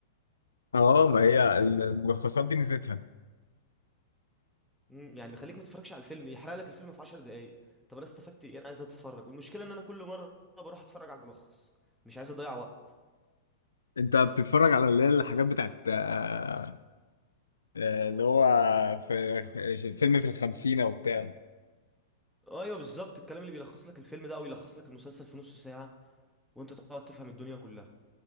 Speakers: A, on the left (about 80°); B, in the centre.
A: اه ما هي الملخصات دي ميزتها
B: امم يعني بيخليك ما تتفرجش على الفيلم يحرق لك الفيلم في 10 دقايق طب انا استفدت ايه انا عايز اتفرج والمشكله ان انا كل مره بروح اتفرج على الملخص مش عايز اضيع وقت
A: أنت بتتفرج على اللي هي الحاجات بتاعت آه آه، اللي هو في في فيلم في الخمسينة وبتاع
B: ايوه بالظبط الكلام اللي بيلخص لك الفيلم ده او يلخص لك المسلسل في نص ساعه وانت تقعد تفهم الدنيا كلها